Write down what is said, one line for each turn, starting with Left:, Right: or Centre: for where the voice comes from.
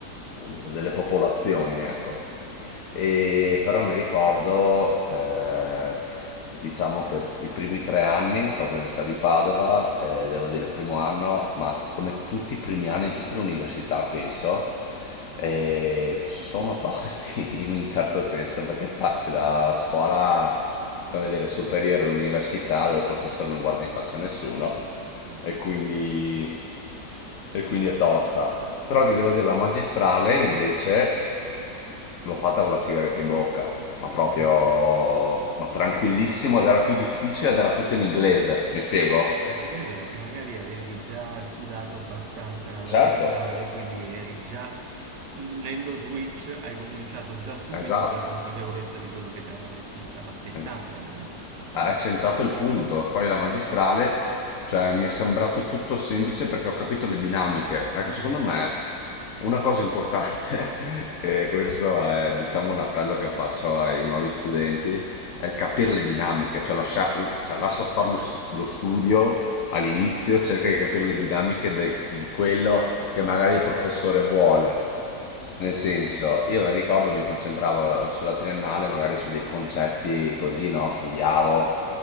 Left: Delle popolazioni, ecco. E però mi ricordo, eh, diciamo che i primi tre anni ho fatto l'università di Padova, eh, devo dire primo anno, ma come tutti i primi anni di tutte le università, penso, eh, sono tosti <laughs> in un certo senso, perché passi dalla scuola, come dire, superiore all'università, dove il professore non guarda in faccia a nessuno,
Right: sì, sì,
Left: e
Right: sì,
Left: quindi,
Right: sì.
Left: e quindi è tosta. Però ti devo dire, la magistrale invece L'ho fatta con la sigaretta in bocca,
Right: <laughs>
Left: ma proprio, ma tranquillissimo ed era più difficile ed era tutto in inglese, mi spiego?
Right: Ma ci credo perché magari avevi già sudato abbastanza alla
Left: Certo,
Right: triennale, quindi eri già nello switch, hai cominciato già subito
Left: esatto,
Right: con la consapevolezza di quello che ta- ti stava aspettando
Left: es-
Right: alla magistrale,
Left: ha
Right: no?
Left: centrato il punto. Poi la magistrale, cioè, mi è sembrato tutto semplice perché ho capito le dinamiche. Ecco,
Right: Mhm,
Left: secondo me una cosa importante, <laughs> e questo è, diciamo, un appello che faccio ai nuovi studenti, è capire le dinamiche, cioè lascia, cioè, lascia stare lo, stu- lo studio. All'inizio cerca di capire le dinamiche de- di quello che magari il professore vuole, nel senso, io ricordo mi concentravo sulla triennale, magari su dei concetti così, no? Studiavo,